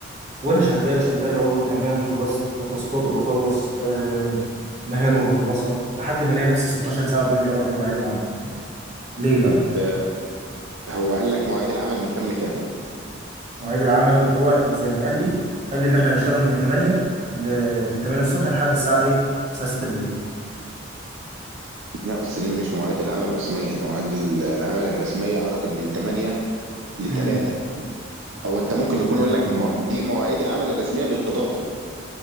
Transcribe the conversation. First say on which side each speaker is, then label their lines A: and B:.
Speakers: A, on the right (about 35°); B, on the right (about 75°).
A: وانا شغال شغال اقول له تمام خلصت تاسكات وبخلص آم، مهام وبخلصها لحد ما الاقي نفسي 16 ساعة بيقول لي اه دي مواعيد العمل ليه يعني
B: طب هو قال لك مواعيد العمل من كام لكام
A: مواعيد العمل هو زي ما قال لي قال لي ان احنا هنشتغل من 8 ل... من 8 الصبح لحد الساعه ايه الساعه 6 بالليل
B: لا بس دي مش مواعيد العمل الرسمية مواعيد ال- العمل الرسمية اعتقد من 8 ل
A: امم
B: 3 او انت ممكن
A: من
B: يكون
A: 8
B: يقول
A: الفجر
B: لك مو- دي مواعيد العمل الرسمية بالاضافي